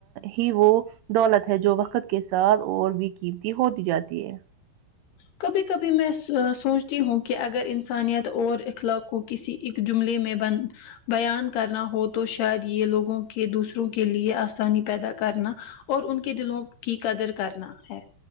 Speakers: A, on the right (about 80°); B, on the left (about 75°).
A: ہی وہ دولت ہے جو وقت کے ساتھ اور بھی قیمتی ہوتی جاتی ہے
B: کبھی کبھی میں سوچتی ہوں کہ اگر انسانیت اور اخلاقوں کسی ایک جملے میں بن بیان کرنا ہو تو شاید یہ لوگوں کے دوسروں کے لیے آسانی پیدا کرنا اور ان کے دلوں کی قدر کرنا ہے